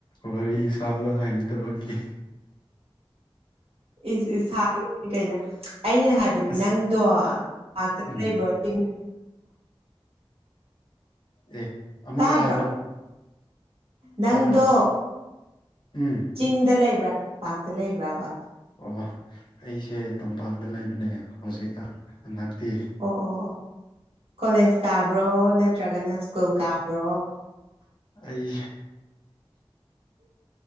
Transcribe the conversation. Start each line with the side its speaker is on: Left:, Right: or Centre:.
Left: ꯋꯥꯔꯤ ꯁꯥꯕ ꯍꯩꯇꯕꯒꯤ
Right: ꯏꯁ ꯏꯁ <unintelligible> ꯀꯩꯅꯣ ꯑꯩꯅ ꯍꯥꯏꯕꯗꯤ
Left: ꯑꯁ
Right: ꯅꯪꯗꯣ ꯄꯥꯛꯇ
Left: ꯎꯝ
Right: ꯂꯩꯕ꯭ꯔꯣ <unintelligible>
Left: ꯑꯦ ꯑꯃꯨꯛꯀ
Right: ꯇꯥꯗ꯭ꯔꯣ
Left: ꯍꯥꯏꯔꯣ
Right: ꯅꯪꯗꯣ
Left: ꯍꯥꯏꯔꯣ ꯎꯝ
Right: ꯆꯤꯡꯗ ꯂꯩꯕ꯭ꯔꯥ ꯇꯝꯄꯥꯛꯇ ꯂꯩꯕ꯭ꯔꯥꯕ
Left: ꯑꯣ ꯑꯩꯁꯦ ꯇꯝꯄꯥꯛꯇ ꯂꯩꯕꯅꯦ ꯍꯧꯖꯤꯛ ꯍꯟꯗꯛꯇꯤ
Right: ꯑꯣ ꯑꯣ ꯑꯣ ꯀꯣꯂꯦꯖ ꯀꯥꯕ꯭ꯔꯣ ꯅꯠꯇ꯭ꯔꯒꯅ ꯁ꯭ꯀꯨꯜ ꯀꯥꯕ꯭ꯔꯣ
Left: ꯑꯩ